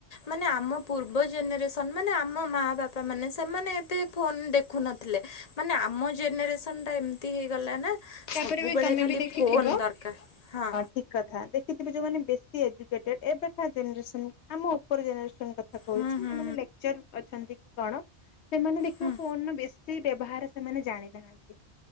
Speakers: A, on the left (about 40°); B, on the left (about 80°).
A: ମାନେ ଆମ ପୂର୍ବ ଜେନେରେସନ ମାନେ ଆମ ମା ବାପା ମାନେ ସେମାନେ ଏତେ ଫୋନ ଦେଖୁନଥିଲେ। ମାନେ ଆମ ଜେନେରେସନ ଟା ଏମିତି ହେଇଗଲା ନାଁ।
B: ତାପରେ
A: ସବୁବେଳେ
B: ବି ତମେ
A: ଖାଲି
B: ବି ଦେଖିଥିବ।
A: ଫୋନ୍ ଦରକାର ହଁ।
B: ଠିକ କଥା ଦେଖିଥିବେ ଯୋଉମାନେ ବେଶୀ ଏଜୁକେଟେଡ ଏବେକା ଜେନେରେସନ ଆମ ଉପର ଜେନେରେସନ୍ କଥା କହୁଛିମାନେ
A: ହୁଁ
B: ଲେକଚର୍ ଅଛନ୍ତି କି କଣ ସେମାନେ ଦେଖିବ
A: ହୁଁ
B: ଫୋନ ବେଶି ସେଇ ବ୍ୟବହାର ସେମାନେ ଜାଣିନାହାନ୍ତି